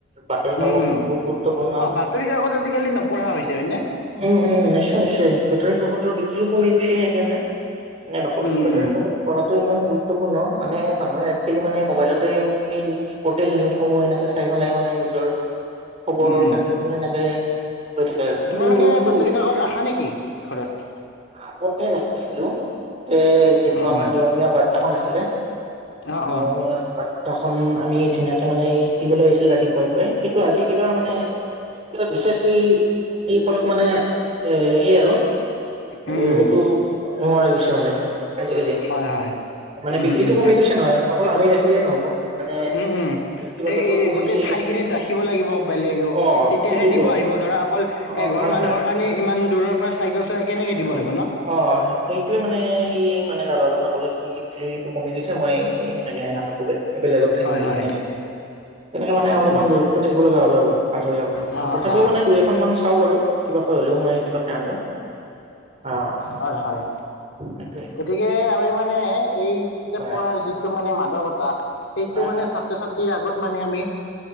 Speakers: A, on the right; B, on the left.
A: বাতৰি কাকত
B: উম, উম,
A: বহুত গুৰুত্বপূৰ্ণ।
B: অ', বাতৰি কাকত আজিকালি নপঢ়া হৈছে হয়নে?
A: উম-উম, নিশ্চয়- নিশ্চয় বাতৰি কাকত ৰ বিক্ৰীও কমি গৈছে সেইকাৰণে, এ বাতৰি,
B: উম,
A: বাতৰি
B: উম,
A: কাকত। পঢ়াটো ইমান গুৰুত্বপূৰ্ণ মানে মানুহে আজিকালি মানে মবাইলতে নিউজ প'ৰ্টেল নিউজ সমূহ এনেকে চাই। ইফালে মানে নিজৰ খবৰ
B: উম, উম,
A: খাতি থাকে। আৰু কিন্তু
B: তোমালোকে
A: সেইটো
B: বাতৰি কাকত ৰাখা নেকি ঘৰত?
A: আগতেই ৰাখিছিলো। গোটেই যিটো
B: উম,
A: আমাৰ
B: উম,
A: নিয়মীয়া বাৰ্তাখন আছিলে
B: অ',
A: নিয়মীয়া
B: অ',
A: পেপাৰখন। পেপাৰ খন আমি ধুনীয়াকে মানে দিবলৈ আহিছিল ৰাতিপুৱাই পুৱাই কিন্তু আজি কিবা মানে বিশেষ সেই সেই ফলত মানে এ সেই আৰু
B: উম,
A: এ
B: উম,
A: এইটো নোহোৱা হৈ গৈছে মানে। আজিকালি
B: হয়, হয়,
A: মানে
B: উম,
A: বিক্ৰীতটো
B: উম,
A: কমি গৈছে নহয়, অকল আমি ৰাখিলেই নহ'ব। মানে
B: উম-উম।
A: বিক্ৰী
B: সেই
A: বাৰ্তাটো কমি
B: এই গোটেই
A: গৈছে সেইকাৰণে
B: ঠাই খিনিত ৰাখিব লাগিব বেলেগও,
A: অ
B: তেতিয়াহে
A: সেইটোতো
B: দিব আহিব ধৰা অকল
A: অ
B: এঘৰ
A: হয়
B: মানুহৰ
A: হয়
B: কাৰণে ইমান দূৰৰ পৰা চাইকেল চলাই কেনেকে দিব হি।
A: অ' সেইটোৱে মানে সি মানে দাদাজনে ক'লে বিক্ৰি টো কমি গৈছে মই এনেকে নাথাকো ব বেলেগত থাকিম
B: হয়,
A: বুলি
B: হয়,
A: সেনেকে। তেনেকে মানে অলপমান
B: কি
A: দূৰত্ব থাকিব লগীয়া হ'ল আৰু আঁতৰি-আঁতৰি কথ পৰা,
B: অ', অ',
A: তথাপিও মানে দুই এখনমান চাও বাৰু কিবাকৈ হ'লেও মই কিবাকে আনো। অ
B: হয়-হয়
A: সেইটোৱে
B: গতিকে আমি মানে এই কিতাপ
A: হয়
B: পঢ়াৰ যিটো মানে মাদকতা সেইটো
A: হয়
B: মানে
A: হয়
B: ছাত্ৰ-ছাত্ৰী আগত মানে আমি